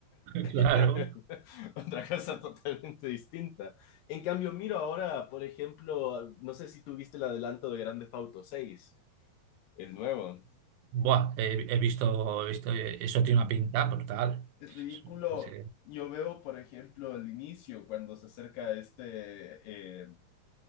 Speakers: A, on the right; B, on the left.
A: <laughs> claro.
B: <laughs> Otra cosa totalmente distinta. En cambio, miro ahora, por ejemplo, no sé si tuviste el adelanto de Grand Theft Auto seis el nuevo.
A: Buah, he, he visto, he visto, eh, eso tiene
B: Es,
A: una pinta brutal.
B: es ridículo.
A: Sí,
B: Yo veo, por ejemplo, al inicio, cuando se acerca este eh,